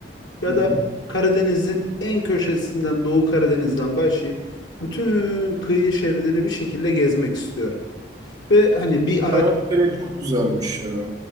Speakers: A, on the left; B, on the right.
A: Ya
B: hı hı.
A: da Karadeniz'in en köşesinden Doğu Karadeniz'den başlayıp bütün kıyı şeridini bir şekilde gezmek istiyorum. Ve hani bir araç
B: Anakpere çok güzelmiş ya.